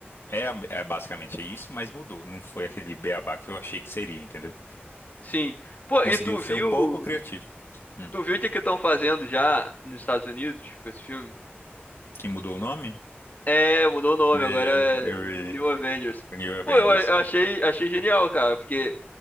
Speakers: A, on the left (about 70°); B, on the left (about 40°).
A: É, é basicamente isso, mas mudou. Não foi aquele beabá que eu achei que seria, entendeu?
B: sim. Pô,
A: Conseguiu
B: e tu
A: ser
B: viu,
A: um pouco criativo. Hum.
B: tu viu o que que estão fazendo já nos Estados Unidos com esse filme?
A: Que mudou o nome?
B: É, mudou o nome,
A: Vi,
B: agora é
A: eu vi.
B: New Avengers.
A: O New Avengers.
B: Pô, eu, a- achei, achei genial, cara, porque